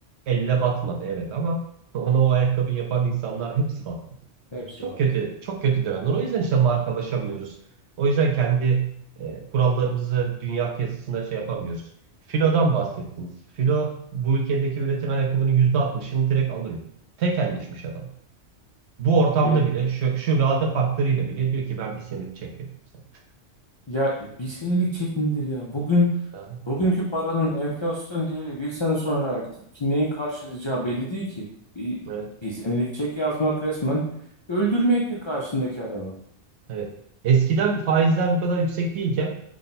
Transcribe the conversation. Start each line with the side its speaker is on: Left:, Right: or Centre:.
Right: Elle batmadı evet ama <laughs> ona o ayakkabı yapan insanlar hepsi battı.
Left: Hepsi
Right: Çok
Left: battı.
Right: kötü, çok kötü dönemler. O yüzden işte markalaşamıyoruz. O yüzden kendi e, kurallarımızı dünya piyasasına şey yapamıyoruz. Filo'dan bahsettiniz. Filo bu ülkedeki üretilen ayakkabının %60'ını direkt alıyor. Tekelleşmiş adam. Bu ortamda
Left: E,
Right: bile şu, şu vade faktörüyle bile diyor ki ben bir senelik çek veririm sana.
Left: ya bir senelik çek nedir ya? Bugün
Right: Ya,
Left: bugünkü paranın enflasyon değeri bir sene sonra ki- neyi karşılayacağı belli değil ki. Bir,
Right: Evet.
Left: bir senelik çek yazmak resmen öldürmektir karşındaki adamı.
Right: Evet. Eskiden faizler bu kadar yüksek değilken